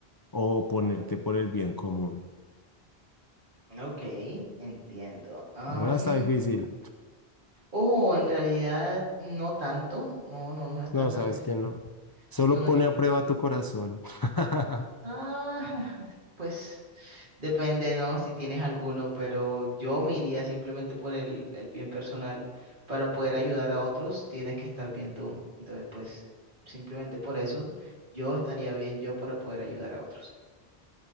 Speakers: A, on the left; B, on the right.
A: o ponerte por el bien común.
B: Ok, entiendo. Am,
A: Ah, está difícil.
B: oh, en realidad no tanto. No, no, no está
A: No,
B: tan
A: sabes
B: dif-
A: que no. Solo
B: No, no.
A: pone a prueba tu corazón. <laughs>
B: Ah, <laughs> pues Depende, ¿no? Si tienes alguno, pero yo me iría simplemente por el, el bien personal. Para poder ayudar a otros, tienes que estar bien tú. Entonces, pues, simplemente por eso, yo estaría bien yo para poder ayudar a otros.